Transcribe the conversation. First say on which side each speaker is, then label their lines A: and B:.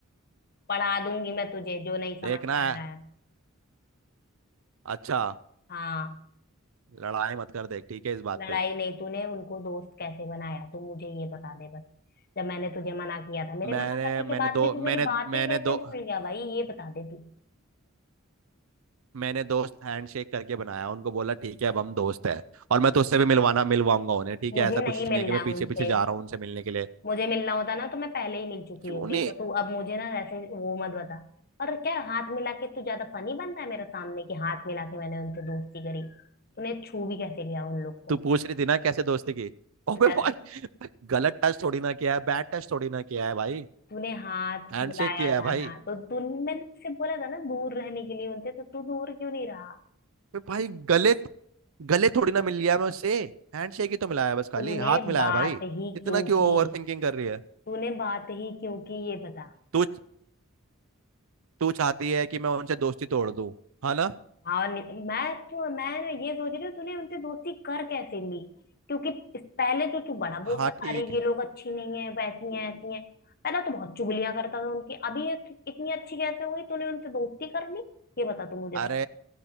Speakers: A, on the left (about 45°); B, on the right (about 65°).
A: पढ़ा दूंगी मैं तुझे जो नहीं समझ
B: देखना
A: में आ
B: है
A: रहा है
B: अच्छा
A: हाँ
B: लड़ाई मत कर देख ठीक है इस बात
A: लड़ाई
B: पे
A: नहीं तूने उनको दोस्त कैसे बनाया तू मुझे ये बता दे बस जब मैंने तुझे मना किया था मेरे
B: मैंने
A: मना करने
B: मैंने
A: के बाद
B: दो
A: भी तू
B: मैंने
A: मेरी बातें
B: मैंने
A: कैसे
B: दो
A: भूल गया भाई ये बता दे तू
B: मैंने दोस्त हैंडशेक करके बनाया उनको बोला ठीक है अब हम दोस्त हैं और मैं तो उससे भी मिलवाना मिलवाऊंगा उन्हें ठीक
A: मुझे
B: है ऐसा
A: नहीं
B: कुछ नहीं
A: मिलना
B: है कि मैं
A: है
B: पीछे
A: उनसे
B: पीछे जा रहा हूँ उनसे मिलने के लिए
A: मुझे मिलना होता ना तो मैं पहले ही मिल चुकी
B: क्यों
A: होती
B: नहीं
A: तो तू अब मुझे ना ऐसे वो मत बता और क्या हाथ मिला के तू ज्यादा फनी बन रहा है मेरे सामने कि हाथ मिला के मैंने उनसे दोस्ती करी तूने छू भी कैसे लिया उन लोग को
B: तू पूछ रही थी ना कैसे दोस्ती की <laughs> ओबे
A: तूने
B: भाई गलत टच थोड़ी ना किया है बैड टच थोड़ी ना किया है भाई
A: तूने हाथ
B: हैंडशेक
A: मिलाया
B: किया
A: था
B: है भाई
A: ना तो तू मैंने तुझसे बोला था ना दूर रहने के लिए उनसे तो तू दूर क्यों नहीं रहा
B: बे भाई गले गले थोड़ी ना मिल लिया मैं उससे हैंडशेक ही तो मिलाया है बस खाली
A: तूने
B: हाथ
A: यार
B: मिलाया
A: बात
B: है भाई
A: ही
B: इतना
A: क्यों
B: क्यों
A: की
B: ओवर थिंकिंग कर रही है
A: तूने बात ही क्यों की ये बता
B: तू तू चाहती है कि मैं उनसे दोस्ती तोड़ दूं हाँ ना
A: हाँ और नि- मैं तो मैं ना ये सोच रही हूँ तूने उनसे दोस्ती कर कैसे ली क्योंकि इस- पहले तो तू बड़ा बोलता
B: हाँ
A: था
B: ठीक
A: अरे
B: है
A: ये लोग अच्छी नहीं है वैसी हैं ऐसी हैं पहले तो बहुत चुगलियां करता था उनकी अभी ये इत- इतनी अच्छी कैसे हो गई तूने उनसे दोस्ती कर ली ये बता तू मुझे बस
B: अरे